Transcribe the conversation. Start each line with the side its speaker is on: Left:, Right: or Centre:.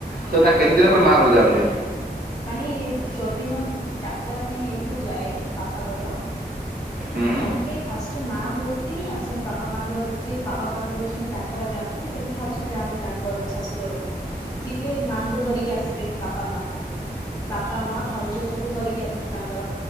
Left: ହୁଁ
Right: ତ ତାଙ୍କେ କେତେ ଦିନ ପରେ ମାଁ ଆ ଘରକୁ ଯାଆନ୍ତି?
Left: ମାନେ ଯଦିନ ଡାକରା ପାଇଁ ଏଇଠୁ ଯାଏ ବାପା ଘର
Right: ହୁଁ।
Left: ତାଙ୍କେ ଫାଷ୍ଟ ମାଁଆ ଘରକୁ ହିଁ ଆସନ୍ତି ବାପା ମାଁଆ ଘର ଯିଏ ବାପା ମାଁଙ୍କ ଯେମିତି ଡାକରା ଯାଆନ୍ତି ସେମିତି ଫାଷ୍ଟ ଯାଆନ୍ତେ ତାଙ୍କ ଘରକୁ ଶାଶୁଘରଙ୍କୁ ଯିବେ ମାଁ ଙ୍କୁ ଧରିକି ଆସିବେ ବାପା ମାଁ ବାପା ମାଁ ଭାଉଜ ସବୁ ଧରିକି ଆସିବେ ତାଙ୍କର